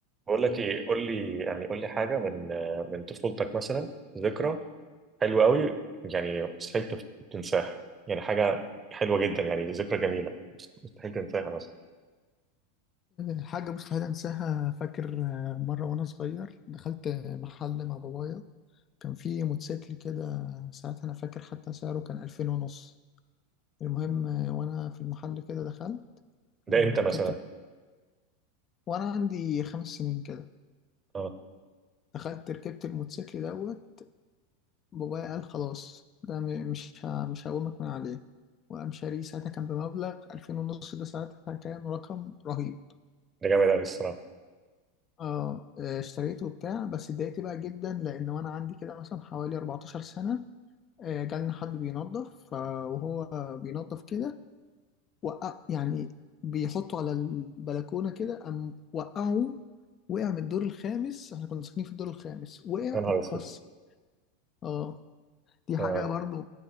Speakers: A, on the right; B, on the left.
A: بقول لك ايه قول لي يعني قول لي حاجه من من طفولتك مثلا ذكرى حلوه قوي يعني مستحيل تف- تنساها يعني حاجه حلوه جدا يعني ذكرى جميله مست- مستحيل تنساها مثلا
B: حاجة مستحيل أنساها فاكر آه، مرة وأنا صغير دخلت محل مع بابايا كان في موتوسيكل كده ساعتها أنا فاكر حتى سعره كان ألفين ونص المهم آه، وأنا في المحل كده دخلت
A: ده
B: آه،
A: امتى
B: ركبت
A: مثلا
B: وأنا عندي خمس سنين كده
A: اه
B: دخلت ركبت الموتوسيكل دوت بابايا قال خلاص ده م- مش ه- مش هقومك من عليه وقام شاريه ساعتها كان بمبلغ ألفين ونص ده ساعتها كان رقم رهيب
A: ده جامد قوي الصراحه
B: اه آه، اشتريته وبتاع بس اتضايقت بقى جدا لان وانا عندي كده مثلا حوالي 14 سنه آه، جالنا حد بينظف آه، وهو بينظف كده وقع يعني بيحطه على البلكونه كده قام وقعه وقع من الدور الخامس احنا كنا ساكنين في الدور الخامس وقع
A: يا نهار
B: اتكسر
A: اسود
B: اه دي حاجه
A: آه.
B: برضو